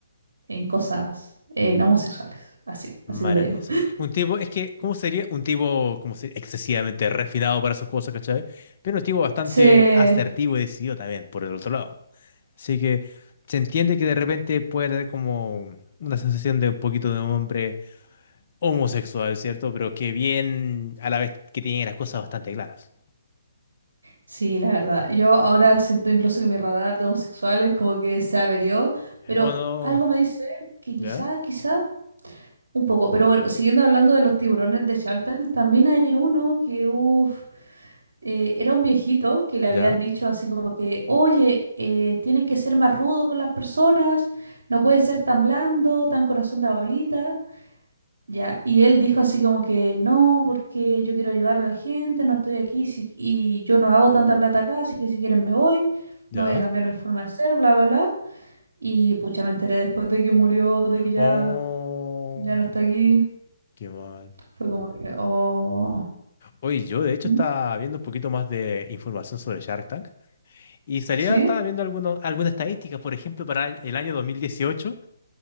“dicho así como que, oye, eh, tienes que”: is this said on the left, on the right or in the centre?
Right